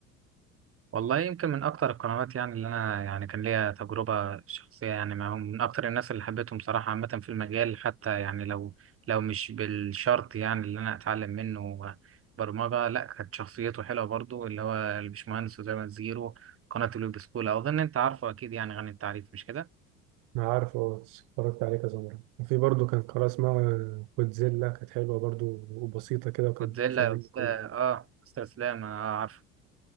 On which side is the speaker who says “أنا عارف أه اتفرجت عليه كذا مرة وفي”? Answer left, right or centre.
Right